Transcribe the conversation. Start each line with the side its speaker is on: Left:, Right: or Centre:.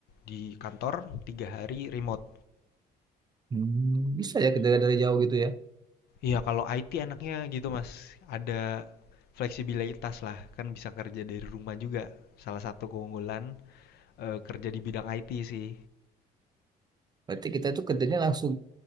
Left: di kantor, 3 hari remote.
Right: Hmm, bisa ya kerja dari jauh gitu ya
Left: Iya, kalau IT enaknya gitu, Mas, ada fleksibilitas lah, kan bisa kerja dari rumah juga. Salah satu keunggulan, eee, kerja di bidang IT sih.
Right: berarti kita itu kerjanya langsung